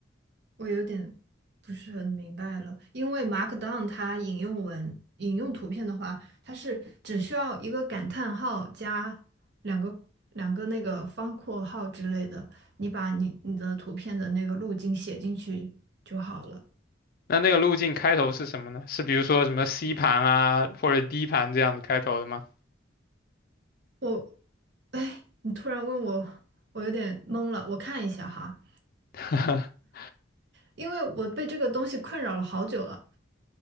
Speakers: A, on the right (about 60°); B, on the left (about 50°).
A: 我有点不是很明白了，因为 Markdown 它引用文引用图片的话，它是只需要一个感叹号加两个两个那个方括号之类的，你把你你的图片的那个路径写进去就好了。
B: 那那个路径开头是什么呢？是比如说什么 C 盘啊，或者 D 盘这样子开头的吗？
A: 我，哎，你突然问我，我有点懵了。我看一下哈，
B: <laughs>
A: 因为我被这个东西困扰了好久了，